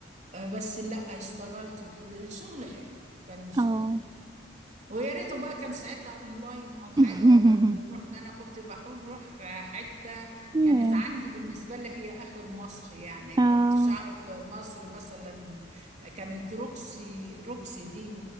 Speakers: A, on the right; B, on the right.
A: آه، بس لا اشتغلت الشغل حلو كان شغل
B: اه
A: ويا ريته بقى كان ساعتها اونلاين او حاجه
B: <laughs>
A: ولا كنا نروح ده انا كنت بحاول اروح حته
B: ياه.
A: كانت عندي بالنسبه لي هي اخر مصر يعني
B: اه
A: كنتش اعرف مصر مثلا كانت روكسي روكسي دي م...